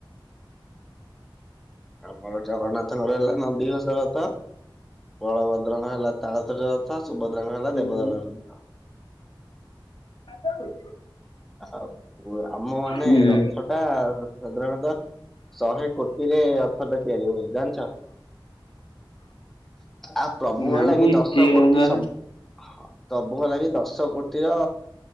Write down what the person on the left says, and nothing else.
ହୁଁ।
ଆ ସବୁ
ହୁଁ
ନା ମ
ଏତେ
ଅଲଗା